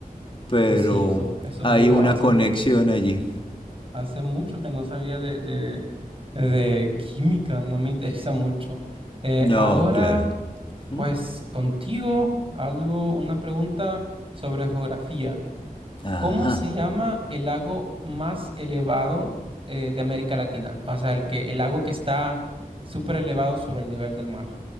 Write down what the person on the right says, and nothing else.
Sí, eso, eso
veo.
Hace,
hace mucho que no sabía de, de, de química, no me <laughs> interesa mucho. Eh,
ahora,
pues contigo, algo, una pregunta sobre geografía.
¿Cómo se llama el lago más elevado eh, de América Latina? O sea, el que, el lago que está súper elevado sobre el nivel del mar.